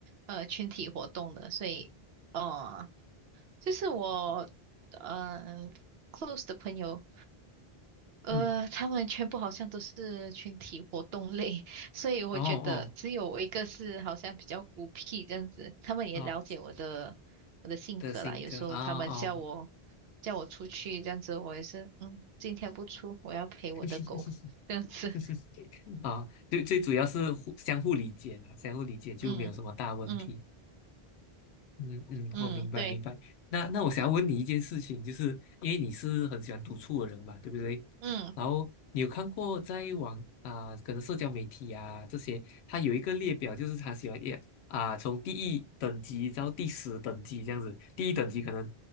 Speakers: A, on the right; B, on the left.
A: 呃群体活动的，所以呃就是我嗯、呃 close 的朋友，呃他们全部好像都是群体活动类，
B: 嗯，
A: <laughs> 所以我觉得只有我一个是好像比较孤僻这样子，
B: 哦哦
A: 他们也了解我的我的性格啦，
B: 哦的新歌啊哦。
A: 有时候他们叫我叫我出去这样子，我也是嗯今天不出，我要陪我的狗
B: 哦 <laughs>
A: <laughs> 这样子，
B: <laughs> 啊，最最主要是互相互理解啦，相互理解就没有什么大问题。
A: <laughs> 嗯嗯
B: 嗯嗯，
A: 嗯对。
B: 我明白明白。那那我想要问你一件事情，就是因为你是很喜欢独处的人嘛，对不对？
A: 嗯，
B: 然后你有看过在网啊、可能社交媒体啊这些，它有一个列表，就是他喜欢也啊、从第一等级到第十等级这样子。第一等级可能